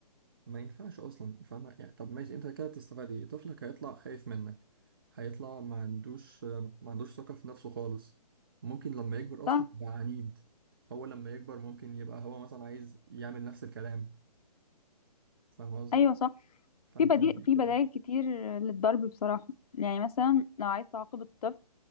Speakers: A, on the right; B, on the left.
A: ما ينفعش اصلا فاهمة يعني طب ماشي انت كده تستفاد ايه طفلك هيطلع خايف منك هيطلع ما عندوش ما عندوش ثقة في نفسه خالص ممكن لما يكبر اصلا
B: صح؟
A: يبقى عنيد هو لما يكبر ممكن يبقى هو مثلا عايز يعمل نفس الكلام فاهم قصدي
B: ايوه صح
A: فانت
B: في بديل
A: ليه
B: في
A: كده
B: بدائل كتير للضرب بصراحة يعني مثلا لو عايز تعاقب الطفل